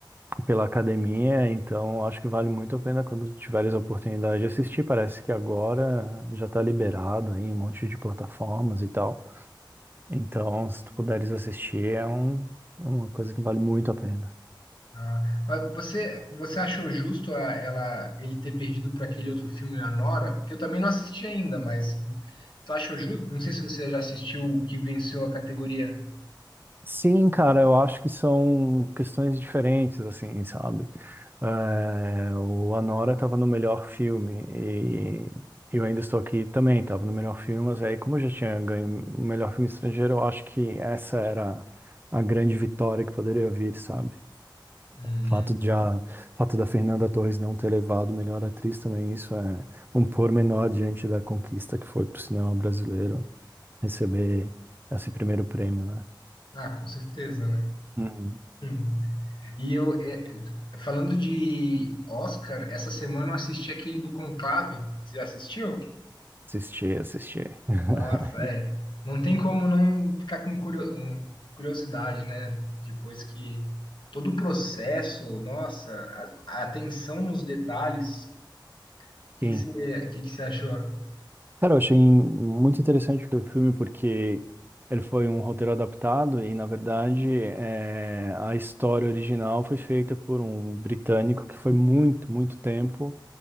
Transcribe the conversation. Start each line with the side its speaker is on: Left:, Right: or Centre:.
Right: pela academia, então acho que vale muito a pena quando tiveres a oportunidade de assistir. Parece que agora já está liberado aí, em um monte de plataformas e tal. Então, se tu puderes assistir, é um, uma coisa que vale muito a pena.
Left: Ah, mas você, você achou justo a- ela, ele ter perdido para aquele outro filme, A Nora? Porque eu também não assisti ainda, mas tu achou justo? Não sei se você já assistiu o que venceu a categoria.
Right: Sim, cara, eu acho que são questões diferentes, assim, sabe? É, o Anora estava no melhor filme e eu ainda estou aqui também, estava no melhor filme, mas aí, como eu já tinha ganho o melhor filme estrangeiro, eu acho que essa era a grande vitória que poderia vir, sabe?
Left: Hum,
Right: Fato de a, fato da Fernanda Torres não ter levado melhor atriz também, isso é um pormenor diante da conquista que foi para o cinema brasileiro receber esse primeiro prêmio, né?
Left: Ah, com certeza, né?
Right: Uhum.
Left: Hum. E eu, é, falando de Oscar, essa semana eu assisti aquele do Conclave. Você já assistiu?
Right: Assistir, assistir.
Left: Nossa,
Right: <laughs>
Left: é. Não tem como não ficar com curio- um, curiosidade, né? Depois que todo o processo, nossa, a, a atenção nos detalhes. O que
Right: Sim.
Left: que você, que que você achou?
Right: Cara, eu achei muito interessante o filme porque ele foi um roteiro adaptado e, na verdade, é, a história original foi feita por um britânico que foi muito, muito tempo